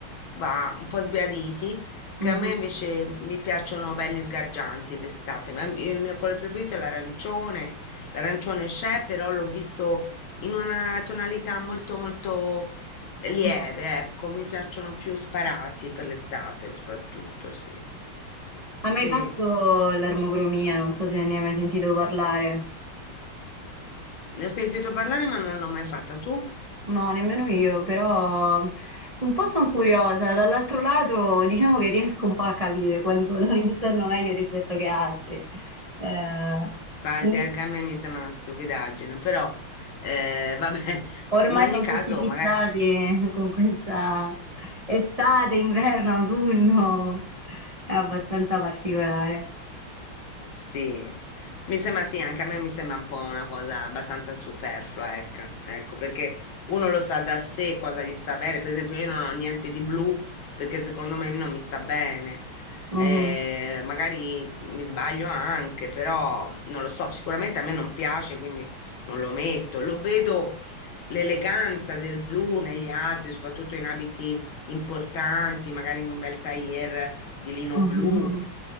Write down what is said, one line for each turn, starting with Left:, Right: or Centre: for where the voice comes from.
Left: bah, un po' sbiaditi.
Right: Mhm,
Left: che a me invece mi piacciono belli sgargianti d'estate, ma il mio colore preferito è l'arancione, L'arancione c'è, però l'ho visto in una tonalità molto molto lieve,
Right: mhm.
Left: ecco, mi piacciono più sparati per l'estate soprattutto, sì. Sì,
Right: Hai mai fatto l'armocromia? Non so se ne hai mai sentito parlare.
Left: ne ho sentito parlare ma non l'ho mai fatta tu.
Right: No, nemmeno io, però un po' sono curiosa. Dall'altro lato, diciamo che riesco un po' a capire quali colori mi stanno meglio rispetto che altri. Eh,
Left: Infatti
Right: in-
Left: anche a me mi sembra una stupidaggine, però eh, vabbè,
Right: ormai
Left: in ogni
Right: sono
Left: caso
Right: tutti fissati
Left: magari
Right: con questa estate, inverno, autunno. È abbastanza particolare.
Left: Sì, mi sembra sì, anche a me mi sembra un po' una cosa abbastanza superflua, ecco, ecco, perché uno lo sa da sé cosa gli sta bene, per esempio io non ho niente di blu perché secondo me non mi sta bene, Eh,
Right: Mhm,
Left: magari mi sbaglio anche, però non lo so, sicuramente a me non piace, quindi non lo metto, lo vedo l'eleganza del blu negli altri, soprattutto in abiti importanti, magari in un bel tailleur di lino
Right: mhm,
Left: blu
Right: mhm.